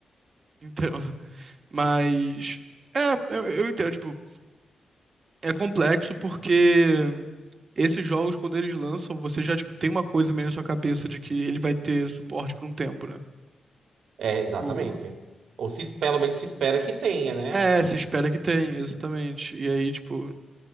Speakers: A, on the right (about 35°); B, on the right (about 75°).
A: entendo. Mas. É, eu, eu entendo, tipo, é complexo porque esses jogos, quando eles lançam, você já, tipo, tem uma coisa meio na sua cabeça de que ele vai ter suporte por um tempo, né?
B: É, exatamente.
A: Tipo,
B: Ou se, pelo menos se espera que tenha, né?
A: é, se espera que tenha, exatamente. E aí, tipo,